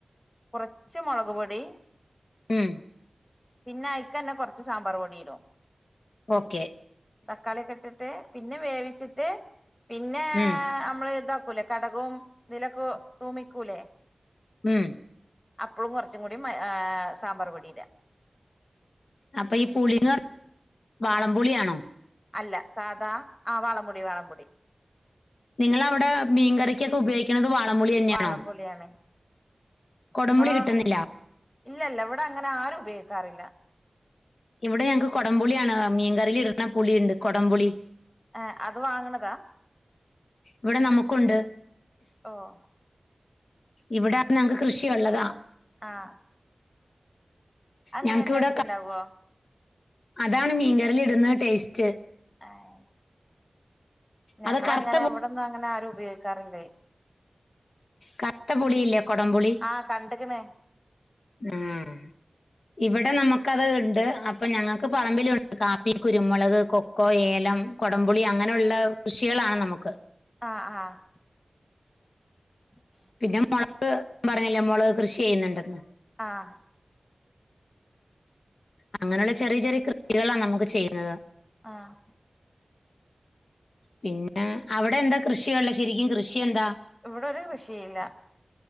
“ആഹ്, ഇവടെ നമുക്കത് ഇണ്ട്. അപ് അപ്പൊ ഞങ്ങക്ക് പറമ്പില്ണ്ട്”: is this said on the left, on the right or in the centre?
Left